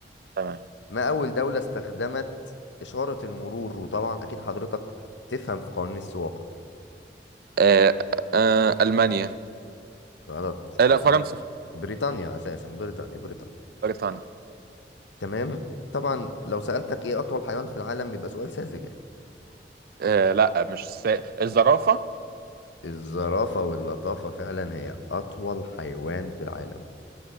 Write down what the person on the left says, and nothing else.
ما أول دولة استخدمت إشارة المرور وطبعا أكيد حضرتك تفهم في قوانين السواقة
غلط
بري...
بريطانيا أساسا بريطانيا بريطانيا
تمام طبعا لو سألتك ايه أطول حيوان في العالم يبقى سؤال ساذج يعني
الزرافة واللطافة فعلا هي أطول حيوان في العالم